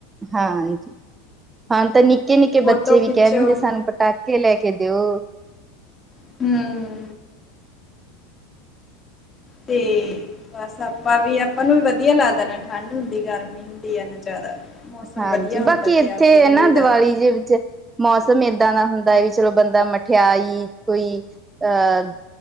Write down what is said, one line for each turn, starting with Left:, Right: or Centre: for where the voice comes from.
Right: ਹਾਂਜੀ। ਹੁਣ ਤਾਂ ਨਿੱਕੇ- ਨਿੱਕੇ,
Left: ਫੋਟੋ
Right: ਬੱਚੇ ਵੀ
Left: ਖਿੱਚੋ
Right: ਕਹਿ ਦਿੰਦੇ, ਸਾਨੂੰ ਪਟਾਕੇ ਕੇ, ਲੈ ਕੇ ਦੇਊ।
Left: ਹੂੰ। ਤੇ ਬਸ ਆਪਾਂ ਵੀ, ਆਪਾਂ ਨੂੰ ਵੀ ਵਧੀਆ ਲੱਗਦਾ। ਨਾ ਠੰਡ ਹੁੰਦੀ, ਗਰਮੀ ਹੁੰਦੀ ਆ, ਨਾ ਜ਼ਿਆਦਾ। ਮੌਸਮ
Right: ਹਾਂਜੀ।
Left: ਵਧੀਆ ਹੁੰਦਾ
Right: ਬਾਕੀ
Left: ਤਿਆਰ
Right: ਇੱਥੇ
Left: ਤਿਰ
Right: ਨਾ,
Left: ਹੋਈ ਦਾ
Right: ਦੀਵਾਲੀ ਜ ਵਿੱਚੇ। ਮੌਸਮ ਏਦਾਂ ਦਾ ਹੁੰਦਾ ਹੈ। ਵੀ ਚਲੋ ਬੰਦਾ, ਮਠਿਆਈ ਕੋਈ। ਅਹ